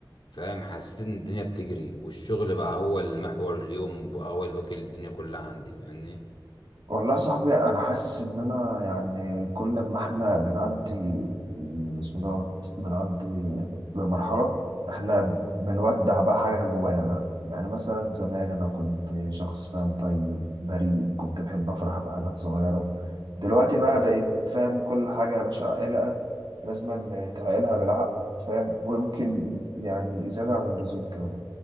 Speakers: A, on the left; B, on the right.
A: فاهم حسيت ان الدنيا بتجري والشغل بقى هو المحور اليوم وبقى هو اللي واكل الدنيا كلها عندي فاهمني
B: والله يا صاحبي انا حاسس ان انا يعني كل ما احنا بنعدي بسم الله الرحمن- الرحيم، بنعدي بمرحله احنا بنودع بقى حاجه جوانا بقى يعني مثلا زمان انا كنت شخص فاهم طيب بريء كنت بحب افرح بحاجات صغيره دلوقتي بقى بقيت فاهم كل حاجه يا باشا عائلة لازم تعقلها بالعقل فاهم ويمكن يعني زياده عن اللزوم كمان